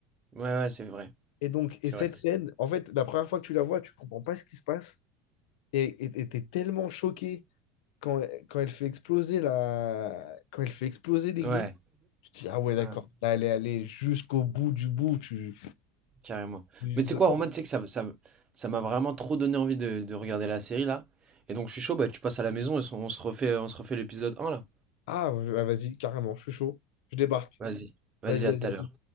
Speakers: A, on the right; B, on the left.
A: Ouais, ouais, c'est vrai.
B: Et donc,
A: C'est
B: et cette
A: vrai.
B: scène, en fait, la première fois que tu la vois, tu comprends pas ce qui se passe. Et et- et tellement choqué quand, quand elle fait exploser la, quand elle fait exploser l'église,
A: Ouais.
B: tu te dis, ah ouais, d'accord,
A: Ouais.
B: là, elle est allée jusqu'au bout du bout. Tu,
A: Carrément.
B: tu-
A: Mais tu sais
B: ça
A: quoi,
B: sent-
A: Roman, tu sais que ça, ça, ça m'a vraiment trop donné envie de, de regarder la série là. Et donc je suis chaud, bah tu passes à la maison et on se refait, on se refait l'épisode un là.
B: Ah, ouais, ah, vas-y, carrément, je suis chaud, je débarque.
A: Vas-y. Vas-y,
B: Vas-y,
A: à tout
B: vas-y,
A: à
B: à
A: l'heure.
B: tout de suite.